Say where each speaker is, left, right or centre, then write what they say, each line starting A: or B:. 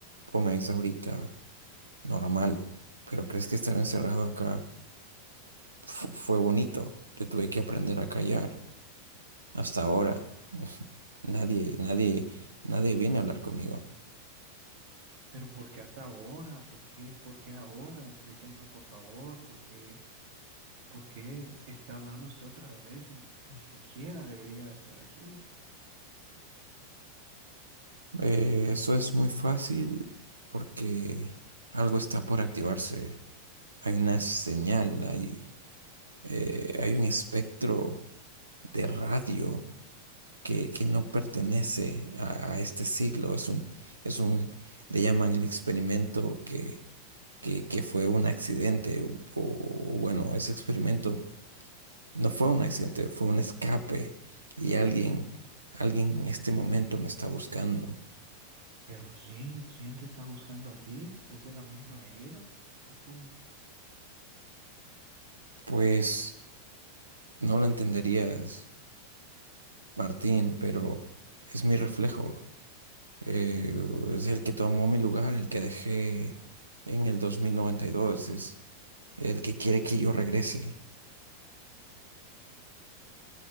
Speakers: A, on the right; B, on the right.
A: Comes ahorita normal, pero ¿crees que estar encerrado acá fu- fue bonito? Yo tuve que aprender a callar. Hasta ahora, <laughs> nadie, nadie, nadie viene a hablar conmigo.
B: Pero ¿por qué hasta ahora? ¿Por qué, por qué ahora? Explíqueme, por favor, ¿por qué, por qué está hablando usted otra vez y ni siquiera debería de estar aquí?
A: Eh, eso es muy fácil porque algo está por activarse. Hay una señal, hay, eh, hay un espectro de radio que, que no pertenece a, a este siglo. Es un, es un, le llaman el experimento que que, que fue un accidente, o, o, bueno, ese experimento no fue un accidente, fue un escape y alguien, alguien en este momento me está buscando.
B: ¿Pero quién? ¿Quién te está buscando a ti? ¿Desde la misma era? ¿O cómo?
A: Pues no lo entenderías, Martín, pero es mi reflejo. Eh, es el que tomó mi lugar, el que dejé en el 2092 es el que quiere que yo regrese.